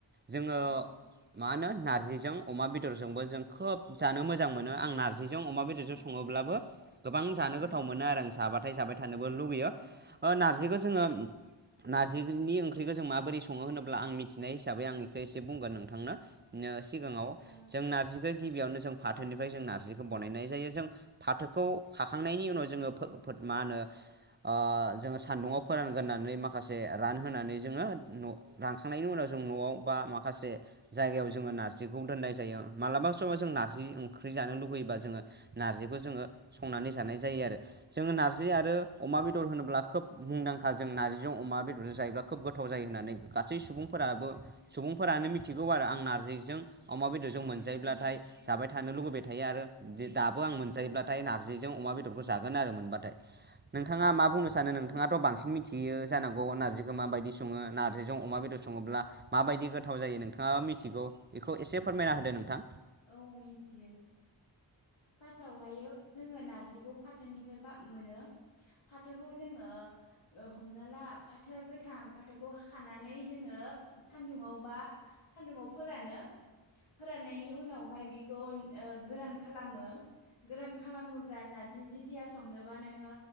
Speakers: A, on the right; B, on the left.
A: जोङो
B: औ
A: मा होनो नार जिजों अमा बेदरजोंबो जों खोब जानो मोजां मोनो आं नार जिजों अमा बेदरजों
B: ओ
A: सङोब्लाबो गोबां
B: ओ
A: जानो गोथाव मोनो आरो आं साहाबा थाय जाबाय थानोबो लुगैयो। ओ नारजिखो
B: औ
A: जोङो नारजिनि ओंख्रिखो जों मा बोरै सङो होनोब्ला आं मिथिनाय हिसाबै आं इखो एसे बुंगोन नोंथांनो निओ सिगाङाव
B: औ
A: जों नारजिखै गिबियावनो जों फाथोनिफाय जों नारजिखौ बनायनाय जायो जों फाथोखौ खाखांनायनि उनाव जोङो फोथ फोथ मा होनो ओ जोङो सान्दुंयाव फोरानग्रोनानै माखासे रानहोनानै जोङो न' रानखांनायनि उनाव जों नआव बा माखासे जायगायाव जोङो नार्जिखौ दोननाय जायो मालाबा समाव जों ना जि ओंख्रि जानो लुुगैयोबा जोङो नार्जिखौ जोङो संनानै जानाय जायो आरो जोङो नार्जि आरो अमा बेदर होनोब्ला खोब मुंदांखा जों नारजिजों अमा बेदरजों जायोब्ला खोब गोथाव जायो होननानै गासै सुबुंफोराबो सुबुंफोरानो मिथिगौ आरो आं नारजिजों अमा बेदरज जों मोनजायोब्लाथाय
B: औ
A: जाबाय थानो लुबैबाय थायो आरो दो दाबो आं मोनजायोब्लाथाय नारजिजों अमा बेदरखौ जागोन आरो मोनबाथाय। नोंथाङा मा बुंनो सानो नोंथाङाथ
B: औ
A: बांसिन मिथियो जानांगौ नार्जिखो माबायदि सङो नार्जिजों अमा बेदर सङोब्ला माबायदि गोथाव जायो नोंथाङाबा मिथिगौ इखौ एसे फोरमायना होदो नोंथां।
B: औ मिन्थियो। फासावहाय जोङो नारजिखौ फाथोनिफ्राय बा मोनो फाथोखौ जोङो ओ हमना ला फाथोआ गोथां फाथोखौ खानानै जोङो सानदुङाव बा सानदुङाव फोरानो फोराननायनि उनावहाय बिखौ उन ओ गोरान खालामो। ओम गोरोम खालामोब्ला नारजि जिथिया संनोबा नोङो